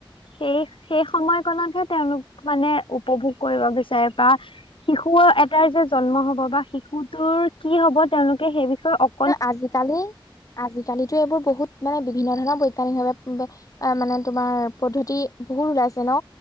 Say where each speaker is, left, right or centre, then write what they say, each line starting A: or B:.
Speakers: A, on the left; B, on the left.
A: সেই সেই সময়কনতহে তেওঁলোক মানে উপভোগ কৰিব বিচাৰে বা শিশুও এটাৰ যে জন্ম হ'ব বা শিশুটোৰ কি হ'ব তেওঁলোকে সেই বিষয়ে অক
B: আজিকালি আজিকালিতো এইবোৰ বহুত মানে বিভিন্ন ধৰণৰ বৈজ্ঞানিকভাৱে আহ, মানে তোমাৰ পদ্ধতি বহুত ওলাইছে ন